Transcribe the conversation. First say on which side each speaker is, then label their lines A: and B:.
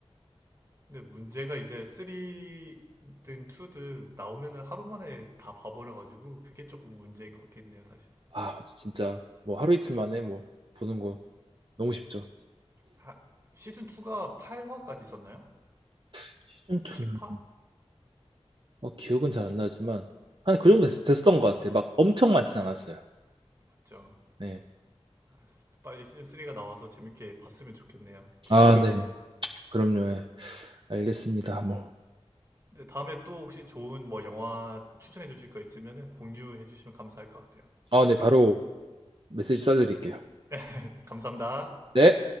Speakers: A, on the right; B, on the right.
A: 근데 문제가 이제 쓰리든 투든 나오면은 하루 만에 다 봐버려가지고 그게 조금 문제인 것 같기는 해요 사실
B: 아 진짜 뭐 하루 이틀 만에 뭐 보는 거 너무 쉽죠.
A: 하- 시즌 2가 8화까지 있었나요?
B: 시즌 2는
A: 10화?
B: 기억은 잘 안 나지만 한 그 정도 됐, 었던것 같아요. 막 엄청 많진 않았어요.
A: 맞죠
B: 네.
A: 아, 빨리 시즌 3가 나와서 재밌게 봤으면 좋겠네요 기대됩니다
B: 아, 네. 그럼요. 예. 알겠습니다. 뭐.
A: 근데 다음에 또 혹시 좋은 뭐 영화 추천해 주실 거 있으면은 공유해 주시면 감사할 것 같아요
B: 아, 네. 바로 메시지 써드릴게요.
A: <laughs> 네, 감사합니다
B: 네.